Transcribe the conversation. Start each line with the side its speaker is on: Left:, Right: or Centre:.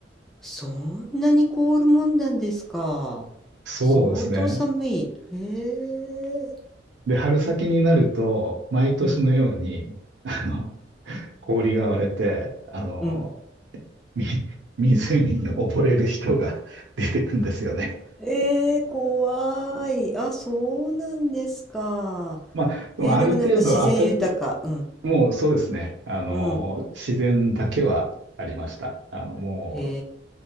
Centre: そんなに凍るもんなんですか。
Right: そうですね。
Centre: 相当寒い。へえ。
Right: で、春先になると、毎年のように、
Centre: うん、
Right: あの、氷が割れて、あの、
Centre: うん。
Right: み <laughs> 湖に溺れる人が出てくんですよね。
Centre: ええ、怖い。あ、そうなんですか。
Right: まあ、でもある程度暖
Centre: えーでもなんか自然豊か。うん、
Right: もうそうですね。あの、
Centre: うん。
Right: 自然だけはありました。あの、もう
Centre: へ